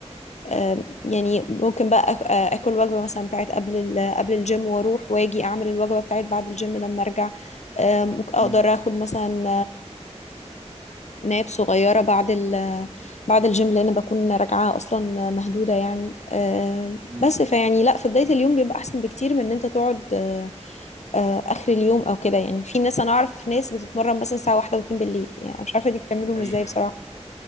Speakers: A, on the left (about 75°); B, on the right (about 75°).
A: آه، يعني ممكن بقى آك- آه، اكل وجبه مثلا بتاعت قبل ال- قبل الجيم واروح واجي اعمل الوجبه بتاعت بعد الجيم لما ارجع آه، ممكن اقدر
B: امم
A: اخد مثلا ناب صغيرة بعد ال بعد الجيم لأن بكون راجعة أصلا مهدودة يعني آه،
B: امم
A: بس فيعني لا في بداية اليوم بيبقى أحسن بكتير من إن أنت تقعد آه، آه، آخر اليوم أو كده يعني في ناس أنا أعرف ناس بتتمرن مثلا الساعة واحدة واتنين بالليل يعني مش عارفة دي بتعملهم
B: اي
A: إزاي
B: فعلا
A: بصراحة